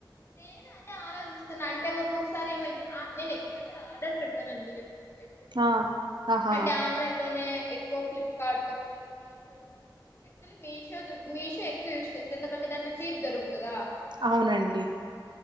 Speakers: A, on the left (about 30°); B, on the right (about 70°).
A: నేను అదే ఆలోచిస్తున్నా అంటే ఒక్కొక్కసారి ఏమైతు నేను ఎక్చువలీ ఆర్డర్ పెడతానండి పె
B: ఆ ఆహా
A: అంటే ఆన్లైన్ లోనే ఎక్కువ ఫ్లిప్కార్ట్ లేదా మీషో యాక్చులీ మీషో మీషో ఎక్కువ యూస్ ఎందుకంటే దాంట్ చీప్ దరుగుతుందా
B: అవునండి